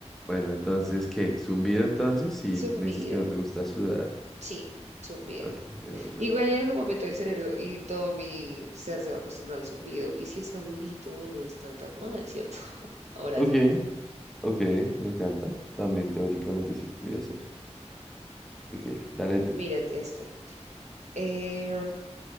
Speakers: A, in the centre; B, on the right.
A: Bueno, entonces, ¿qué? ¿Zumbido entonces? Si
B: Zumbido.
A: me dices que no te gusta sudar.
B: Sí, zumbido.
A: Ok, de una.
B: Igual en algún momento el cerebro y todo mi ser se va a acostumbrar al zumbido. Y si es agudito, no está tan mal, ¿cierto? <laughs> Ahora
A: Ok,
B: sí.
A: ok, me encanta. También teóricamente se podría hacer. Ok, dale tú.
B: Mírate este. Eh,